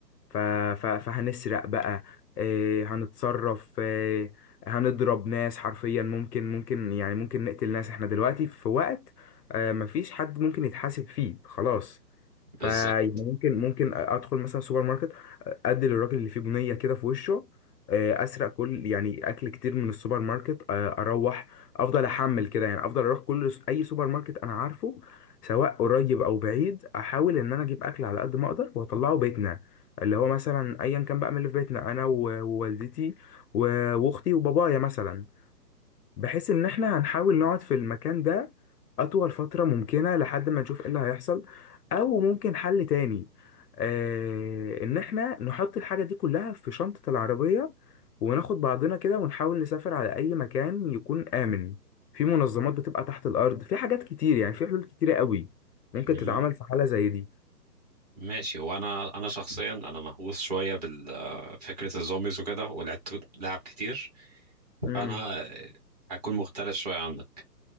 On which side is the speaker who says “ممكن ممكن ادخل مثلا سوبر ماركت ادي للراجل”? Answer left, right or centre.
Left